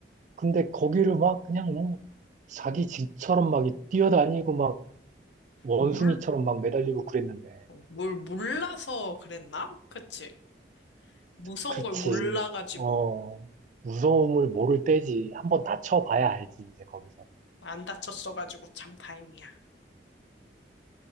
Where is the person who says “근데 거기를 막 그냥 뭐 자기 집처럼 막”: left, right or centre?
Right